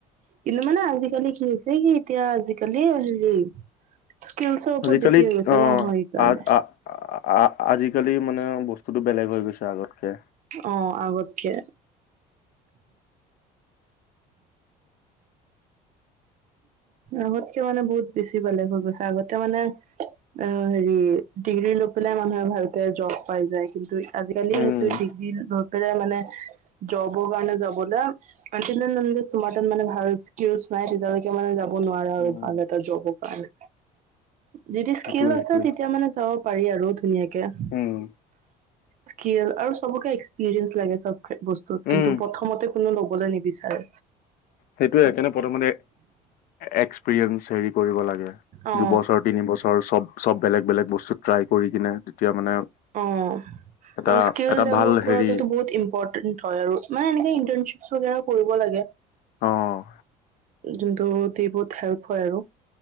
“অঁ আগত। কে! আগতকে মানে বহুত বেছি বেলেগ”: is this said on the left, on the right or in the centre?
Right